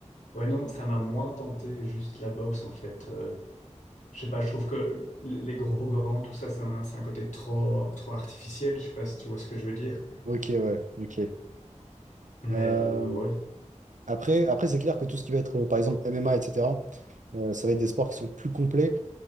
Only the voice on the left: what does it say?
ouais, non, ça m'a moins tenté juste la boxe, en fait. Euh, je sais pas, je trouve que l- les gros gants, tout ça, c'est un, c'est un côté trop, trop artificiel. Je sais pas si tu vois ce que je veux dire.
Mais
euh, ouais.